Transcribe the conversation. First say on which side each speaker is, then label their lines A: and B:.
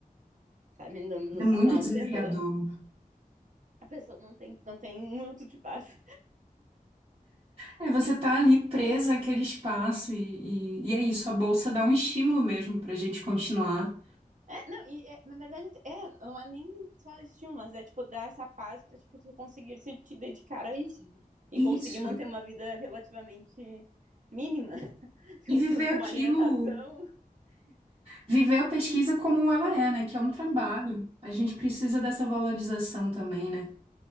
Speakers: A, on the right; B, on the right.
A: sabe? Nos
B: é muito
A: finais
B: desafiador.
A: de semana. A pessoa não tem, não tem um minuto de paz.
B: É, você tá ali presa àquele espaço e, e, e é isso, a bolsa dá um estímulo mesmo pra gente continuar.
A: É, não, e é, na verdade, é, não é nem só estímulo, mas é tipo dar essa paz pra tipo, tu conseguir se te dedicar a isso. né? E
B: Isso.
A: conseguir manter uma vida relativamente mínima, <laughs>
B: E
A: com,
B: viver
A: com- com
B: aquilo,
A: uma alimentação.
B: viver a pesquisa como ela é, né? Que é um trabalho. A gente precisa dessa valorização também, né?